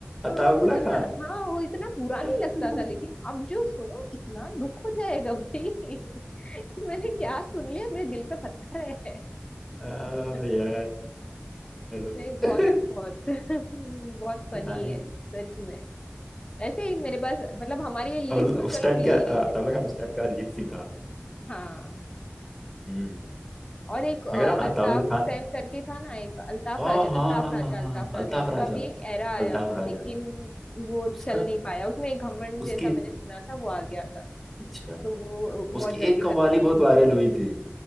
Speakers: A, on the left (about 25°); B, in the centre.
A: हाँ
B: अताउल्ला
A: उतना
B: खान
A: हाँ वो इतना बुरा
B: <laughs>
A: नहीं लगता था लेकिन अब जो सुनो इतना दुख हो जाएगा भाई <laughs> कि मैंने क्या सुन लिया मेरे दिल पे पत्थर है
B: आ,
A: <laughs>
B: यार <laughs> क्या
A: नहीं बहुत बहुत <laughs> बहुत फनी
B: ही
A: है सच में ऐसे ही मेरे पास मतलब हमारी लिस्ट
B: अताउल-
A: तो चलो
B: उस टाइम
A: मिल
B: क्या
A: ही
B: अ,
A: रही
B: अताउल्ला
A: है
B: खान उस टाइम का अरिजीत सिंह था
A: हाँ
B: हम्म
A: और एक अ,
B: मैं कह रहा हूँ ना, अताउल्ला
A: अल्ताफ
B: खान
A: हुसैन करके था ना एक अल्ताफ
B: हाँ
A: राजा
B: हाँ
A: अल्ताफ
B: हाँ
A: राजा
B: हाँ हाँ
A: अल्ताफ
B: हाँ,
A: राजा
B: अल्ताफ
A: उसका
B: राजा
A: भी एक एरा आया
B: अल्ताफ
A: था
B: राजा
A: लेकिन वो
B: उसका
A: चल नहीं पाया उसमें एक घमंड
B: उसकी
A: जैसा मैंने सुना था वो आ गया था
B: अच्छा
A: तो वो बहुत
B: उसकी
A: जल्दी
B: एक कव्वाली
A: खत्म हो
B: बहुत वायरल हुई थी